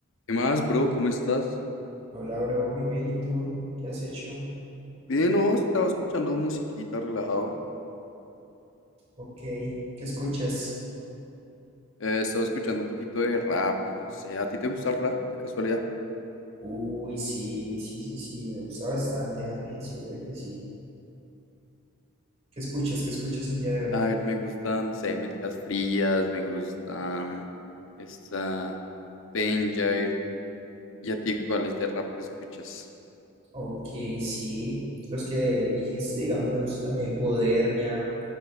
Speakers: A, on the left; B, on the right.
A: ¿Qué más, bro? ¿Cómo estás?
B: Hola, bro, muy bien. ¿Y tú? ¿Qué has hecho?
A: Bien, no, estaba escuchando musiquita, relajado.
B: Ok, ¿qué escuchas?
A: Eh, estaba escuchando un poquito de rap, no sé, ¿a ti te gusta el rap de casualidad?
B: Uy, sí, sí, sí, sí, me gusta bastante, déjame decirte que sí. ¿Qué escuchas? ¿Qué escuchas el día de hoy?
A: A ver, me gusta, no sé, Métricas Frías, me gusta mm, esta Danger. ¿Y a ti cuáles de rap que escuchas?
B: Ok, sí, los que dijiste, digamos, me gusta también Bodermia,